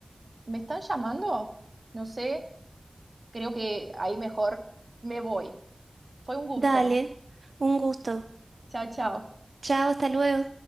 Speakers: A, on the right; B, on the right.
A: ¿me están llamando? No sé, creo que ahí mejor me voy. Fue un gusto.
B: Dale, un gusto.
A: Chao, chao.
B: Chao, hasta luego.